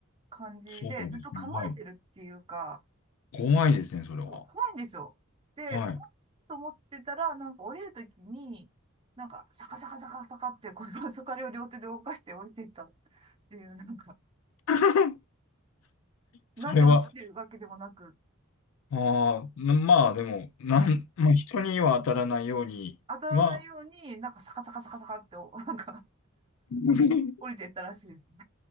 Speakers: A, on the right; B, on the left.
A: 感じで、
B: そうですね。
A: ずっと構えてるっていうか、
B: はい。怖いですね、それは。
A: そう、怖いんですよ。で、
B: はい。
A: 怖いと思ってたら、なんか降りるときに、なんか、サカサカサカサカって、この <laughs> そかりを両手で動かして降りていったっていう、なんか、
B: <laughs> それは、
A: 何を切るわけでもなく、
B: ああ、なまあでも、なん、
A: うん
B: まあ人には当たらないようには、
A: 当たらないように、なんかサカサカサカサカって、おなんか、
B: <laughs>
A: 降りていったらしいですね。